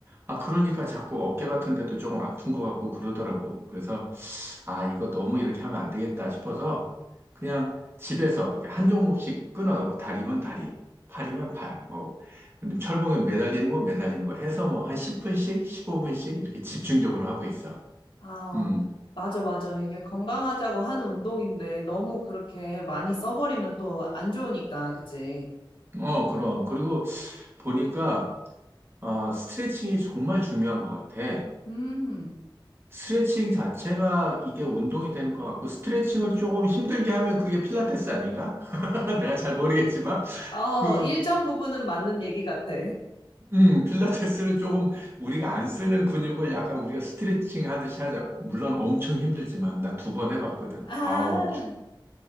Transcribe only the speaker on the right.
아, 그러니까 자꾸 어깨 같은 데도 조금 아픈 것 같고 그러더라고. 그래서, 아, 이거 너무 이렇게 하면 안 되겠다 싶어서, 그냥 집에서 이렇게 한 종목씩 끊어서, 뭐, 다리면 다리, 팔이면 팔, 뭐, 근데 철봉에 매달리는 건 매달리는 거 해서 뭐, 한 10분씩, 15분씩 이렇게 집중적으로 하고 있어.
음,
어, 그럼. 그리고 보니까, 어, 스트레칭이 정말 중요한 것 같아.
스트레칭 자체가 이게 운동이 되는 것 같고, 스트레칭을 조금 힘들게 하면 그게 필라테스 아닌가? <laughs> 내가 잘 모르겠지만,
그,
음, 필라테스는 조금 우리가 안 쓰는 근육을 약간 우리가 스트레칭 하듯이 하자. 물론 엄청 힘들지만, 나 두 번 해봤거든.
아우, 죽,